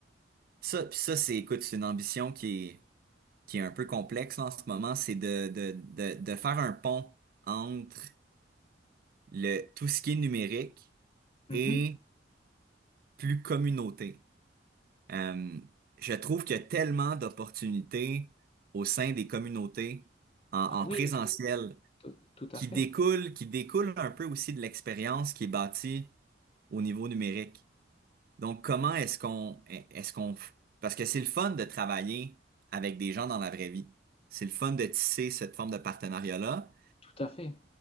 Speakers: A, on the right (about 50°); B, on the left (about 30°).
A: ça. Puis ça c'est écoute, c'est une ambition qui est qui est un peu complexe là, en ce moment, c'est de de de de faire un pont entre le tout ce qui est numérique
B: Mhm.
A: et plus communauté. Euh, je trouve qu'il y a tellement d'opportunités au sein des communautés en, en
B: Ah oui,
A: présentiel
B: tout, tout- tout
A: qui
B: à fait.
A: découle, qui découle un peu aussi de l'expérience qui est bâtie au niveau numérique. Donc, comment est-ce qu'on, est-ce qu'on, parce que c'est le fun de travailler avec des gens dans la vraie vie. C'est le fun de tisser cette forme de partenariat-là.
B: Tout à fait.